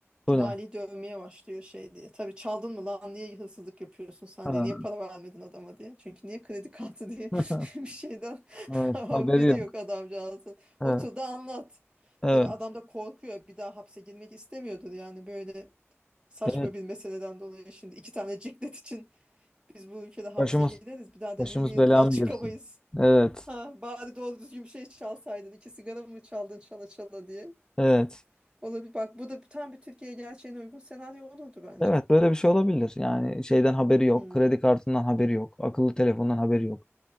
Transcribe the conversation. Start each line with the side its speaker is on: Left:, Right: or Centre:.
Right: Cumali'yi
Left: Bu ne?
Right: dövmeye başlıyor şey diye. Tabii çaldın mı lan niye hırsızlık yapıyorsun sen
Left: Ha.
Right: diye. Niye para vermedin adama diye. Çünkü niye kredi kartı diye
Left: <laughs>
Right: <laughs> bir şeyden <laughs>
Left: Evet,
Right: haberi
Left: haberi yok.
Right: yok adamcağızın.
Left: Evet.
Right: Otur da anlat.
Left: Evet.
Right: Tabii adam da korkuyor. Bir daha hapse girmek istemiyordur yani böyle saçma
Left: Evet.
Right: bir meseleden dolayı. Şimdi iki tane ciklet için biz bu ülkede hapse
Left: Başımız
Right: gireriz. Bir daha da
Left: başımız
Right: 20 yıl
Left: bela
Right: daha
Left: mı
Right: çıkamayız.
Left: girsin? Evet.
Right: Ha, bari doğru düzgün bir şey çalsaydın. İki sigara mı çaldın çala çala diye.
Left: Evet.
Right: Olabilir. Bak bu da tam bir Türkiye gerçeğine uygun senaryo olurdu bence.
Left: Evet böyle bir şey olabilir. Yani şeyden haberi yok.
Right: Hmm.
Left: Kredi kartından haberi yok. Akıllı telefondan haberi yok.